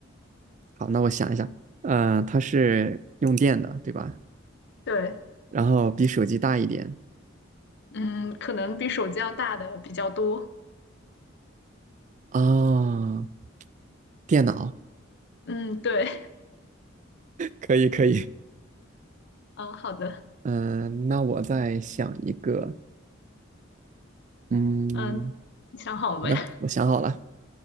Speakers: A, on the right (about 40°); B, on the left (about 60°).
A: 好，那我想一想，呃，它是用电的，对吧？
B: 对，
A: 然后比手机大一点。
B: 嗯，可能比手机要大的比较多，
A: 啊。电脑，
B: 嗯，对，
A: 可以可以。
B: 嗯，好的，
A: 嗯，那我再想一个。嗯，
B: 嗯，你想好了没？
A: 好的，
B: <laughs>
A: 我想好了。